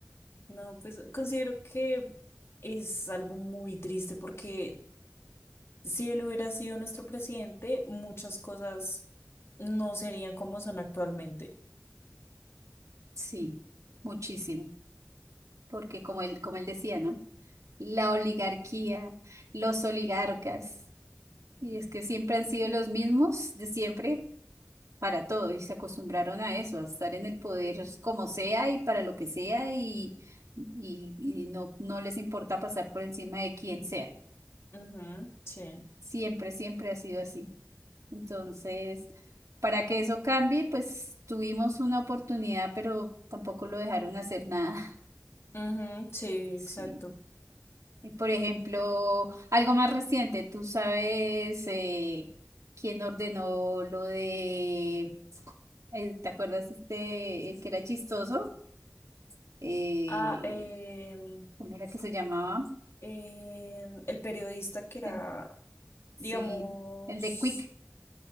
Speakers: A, on the left; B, on the right.
A: No, pues considero que es algo muy triste porque Si él hubiera sido nuestro presidente, muchas cosas no serían como son actualmente.
B: Sí, muchísimo, porque como él, como él decía, ¿no? La oligarquía, los oligarcas, y es que siempre han sido los mismos de siempre para todo y se acostumbraron a eso, a estar en el poder como sea y para lo que sea y, y, y no, no les importa pasar por encima de quien sea.
A: Ujú, sí.
B: Siempre, siempre ha sido así. Entonces, para que eso cambie, pues tuvimos una oportunidad, pero tampoco lo dejaron hacer nada. <laughs>
A: Ujú, sí,
B: Sí.
A: exacto.
B: Y, por ejemplo, algo más reciente, tú sabes eh, quién ordenó lo de, eh, ¿te acuerdas este, el que era chistoso? Eh,
A: Ah, em,
B: ¿Cómo era que se llamaba?
A: em, el periodista que era,
B: Eh, Sí,
A: digamos,
B: el de Quick.